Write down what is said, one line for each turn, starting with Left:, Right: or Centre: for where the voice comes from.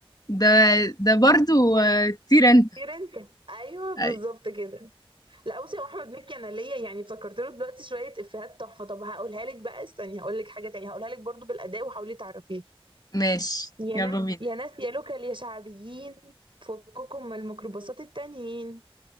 Left: ده ده برضو آه، طير انت
Right: طير أنت أيوه بالظبط
Left: أي،
Right: كده لا بصي هو أحمد مكي أنا ليا يعني فكرت له دلوقتي شوية إفيهات تحفة طب هقولها لك بقى استني هقول لك حاجة تانية هقولها لك برضو بالأداء وحاولي تعرفيها
Left: ماشي
Right: يا
Left: يلا
Right: ناس
Left: بينا
Right: يا ناس يا لوكال يا شعبيين فككم من الميكروباصات التانيين